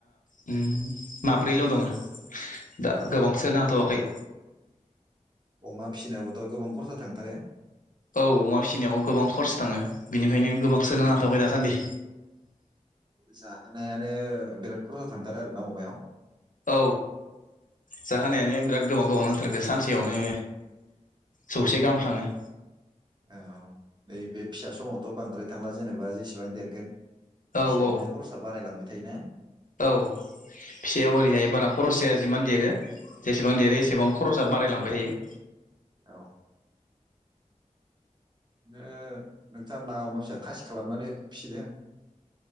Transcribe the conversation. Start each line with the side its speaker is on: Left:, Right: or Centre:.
Left: <unintelligible> माब्रैल' दङ। दा
Right: औ
Left: गोबां सोनो हाथ'वाखै
Right: अमा फिसिनायावोथ' गोबां खरसा थांथारो
Left: औ अमा फिसिनायाव गोबां खरसा थाङो। बेनिखायनो गोबां सोनो
Right: बे
Left: हाथ'वाखै दासान्दि
Right: जाहोनायानो बिराद खरसा थांथारो आरो ना अमायाव?
Left: औ जाहोनायानो बिराद गोबां गोबाव नांथारगो सानसे यावनो सौसे गाहाम थाङो।
Right: औ नै बे फिसा समावथ' बांद्राय थांला जेनेबा जेसेबां देरगोन
Left: औ
Right: एसेबांनो
Left: औ
Right: खरसा बारायलांबाय थायोना
Left: औ फिसायाव ओरैहाय बारा खरस जाया। जिमान देरो जेसेबां देरो
Right: उम
Left: एसेबां खरसाआ बारायलांबाय थायो
Right: औ। ओ नोंथाङा मा अमा फिसाखो खासि खालामनानै फिसिदों?